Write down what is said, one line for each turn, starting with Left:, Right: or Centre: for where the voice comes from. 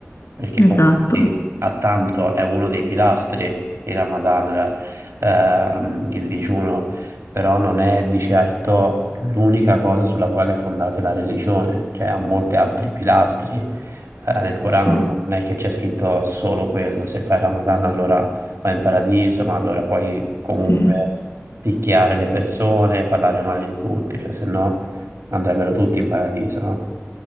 Right: perché comunque
Left: Esatto,
Right: sì, a tanto è uno dei pilastri il Ramadan, la- ehm, il digiuno, però non è di certo l'unica cosa sulla quale è fondata la religione, cioè ha molti altri pilastri eh, nel Corano
Left: sì,
Right: non è che c'è scritto solo quello, se fai Ramadan allora vai in paradiso, ma allora puoi comunque
Left: sì.
Right: picchiare le persone, parlare male di tutti, cioè se no andrebbero tutti in paradiso, no?